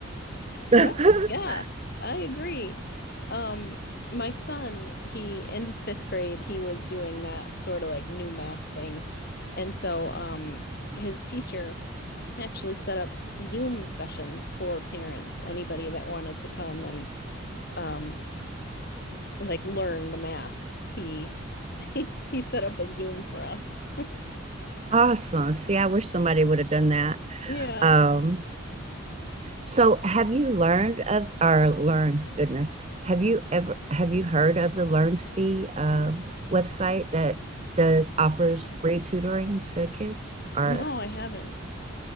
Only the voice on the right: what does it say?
<laughs>
awesome. See, I wish somebody would have done that.
Um, So have you learned of or learn goodness? Have you ever have you heard of the LearnSpe um, website that does offers free tutoring to kids or